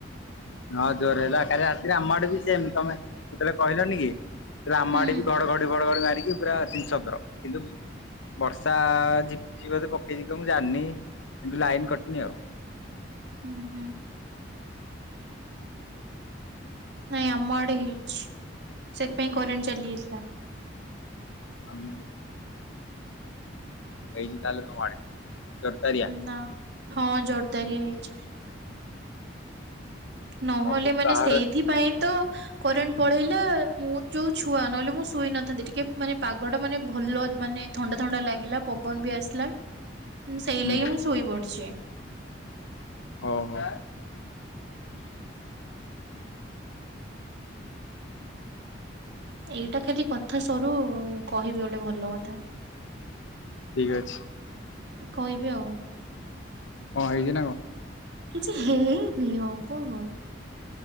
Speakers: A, on the left (about 80°); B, on the right (about 60°).
A: ହଁ ଜୋରେ ହେଲା କାଲି ରାତିରେ ଆମ ଆଡେ ବି ସେମ ତମେ ଯେତେବେଳେ କହିଲନି କି? ଆମଆଡେ
B: ହୁଁ।
A: ବି ଘଡ଼ଘଡ଼ି ଫଡଘଡ଼ି ମାରିକି ପୁରା ଛିନ୍ଛତର କିନ୍ତୁ ବର୍ଷା ଝିପିଝିପ୍ ବୋଧେ ପକେଇଯିବ ମୁଁ ଜାଣିନି କିନ୍ତୁ ଲାଇନ କଟନି ଆଉ
B: ହୁଁ ହୁଁ। ନାଇଁ ଆମ ଆଡେ ହେଇଛି ସେଥିପାଇଁ କରେଣ୍ଟ ଚାଲି ଯାଇଥିଲା।
A: ଆମ ହେଇଛି ତାହାଲେ ତମ ଆଡେ ପୁରା ଯୋର୍ଦାରିଆ।
B: ନା ହଁ ଜୋରଦାରିଆ ହେଇଛି। ନହେଲେ
A: ଆଉ
B: ମାନେ
A: ବାହାର
B: ସେଇଥିପାଇଁ ତ କରେଣ୍ଟ ପଳେଇଲା ମୁଁ ଯୋଉ ଛୁଆ ନହେଲେ ମୁଁ ଶୋଇ ନଥାନ୍ତି ଟିକେ ମାନେ ପାଗଟା ମାନେ ଭଲ ମାନେ ଥଣ୍ଡା ଥଣ୍ଡା ଲାଗିଲା ପବନ ବି ଆସିଲା ସେଇ
A: ହୁଁ
B: ଲାଗି ମୁଁ ଶୋଇ ପଡଛି।
A: ଓହୋ।
B: ଏଇଟା ଖାଲି କଥା ସରୁ କହିବି ଗୋଟେ ଗୋଟେ ଭଲ କଥା
A: ଠିକ ଅଛି
B: କହିବି ଆଉ।
A: କଣ ହେଇଛି ନା କଣ?
B: କିଛି ହେଇନି ହବ କଣ?